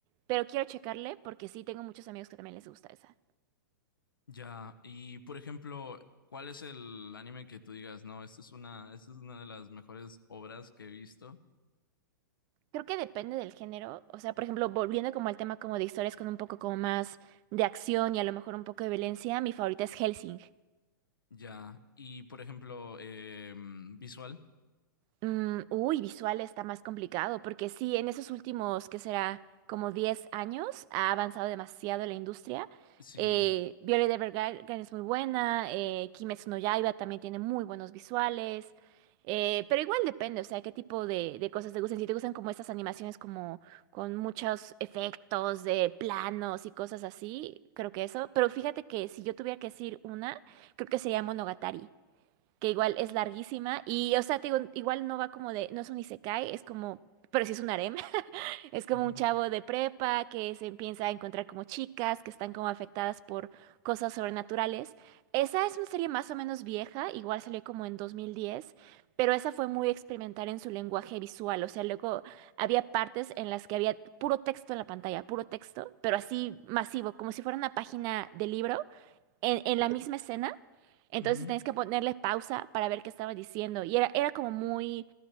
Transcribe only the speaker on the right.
pero quiero checarle porque sí tengo muchos amigos que también les gusta esa.
Creo que depende del género, o sea, por ejemplo, volviendo como al tema como de historias con un poco como más de acción y a lo mejor un poco de violencia, mi favorita es Helsing.
Mm, uy, visual está más complicado, porque sí, en esos últimos, ¿qué será? Como 10 años, ha avanzado demasiado la industria.
Eh, Violet Evergarden es muy buena, eh, Kimetsu no Yaiba también tiene muy buenos visuales, eh, pero igual depende, o sea, qué tipo de, de cosas te gustan. Si te gustan como estas animaciones como con muchos efectos de planos y cosas así, creo que eso. Pero fíjate que si yo tuviera que decir una, creo que sería Monogatari que igual es larguísima y, o sea, te digo, igual no va como de, no es un isekai, es como, pero sí es un harem, <laughs> es como
un chavo de prepa que se empieza a encontrar como chicas que están como afectadas por cosas sobrenaturales. Esa es una serie más o menos vieja, igual salió como en 2010, pero esa fue muy experimental en su lenguaje visual, o sea, luego había partes en las que había puro texto en la pantalla, puro texto, pero así masivo, como si fuera una página de libro en, en la misma escena. Entonces
tenías que ponerle pausa para ver qué estaba diciendo. Y era, era como muy,